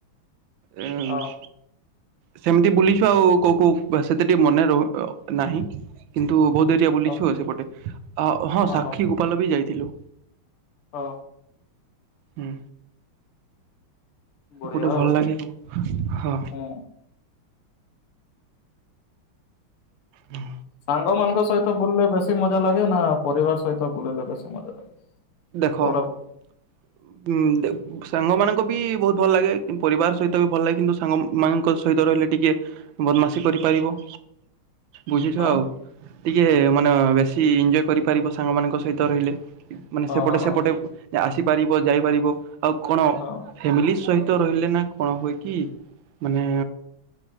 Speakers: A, on the right; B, on the left.
A: ଏୟା
B: ହଁ
A: ଆଉ। ସେମିତି ବୁଲିଚୁ ଆଉ କୋଉ କୋଉ ସେତେ ଟିକେ ମନେ ରହୁ ନାହିଁ କିନ୍ତୁ ବହୁତ ଡେ ରିଆ ବୁଲିଛୁ
B: ହଁ
A: ସେପଟେ ହଁ
B: ଓହୋ
A: ସାକ୍ଷୀ ଗୋପାଲ ବି ଯାଇଥିଲୁ।
B: ହଁ।
A: ହୁଁ।
B: ବଢିଆ
A: ସେପଟେ
B: ଆଉ
A: ଭଲ ଲାଗେ ଆଉ ହଁ।
B: ହୁଁ।
A: ହୁଁ
B: ସାଙ୍ଗ ମାନଙ୍କ ସହିତ ବୁଲିଲେ ବେଶୀ ମଜା ଲାଗେ ନା ପରିବାର ସହିତ ବୁଲିଲେ ବେଶୀ ମଜା ଲାଗେ?
A: ଦେଖ
B: କୋଉଟା
A: ଉଁ ଦେ ସାଙ୍ଗମାନଙ୍କ ବି ବହୁତ ଭଲ ଲାଗେ କିନ୍ତୁ ପରିବାର ସହିତ ବି ଭଲ ଲାଗେ କିନ୍ତୁ ସାଙ୍ଗ ମାଙ୍କ ସହିତ ରହିଲେ ଟିକେ ବଦମାସି କରିପାରିବ। ବୁଝିଥିବ
B: ଆଁ
A: ଆଉ ଟିକେ ମାନେ ବେଶୀ ଇଞ୍ଜୟ୍ କରିପାରିବ ସାଙ୍ଗମାନଙ୍କ ସହିତ ରହିଲେ। ମାନେ ସେପଟେ
B: ହଁ ହଁ
A: ସେପଟେ ଆସିପାରିବ ଯାଇପାରିବ ଆଉ କଣ?
B: ହଁ
A: ଫ୍ୟାମିଲି ସହିତ ରହିଲେ ନା କଣ ହୁଏ କି ମାନେ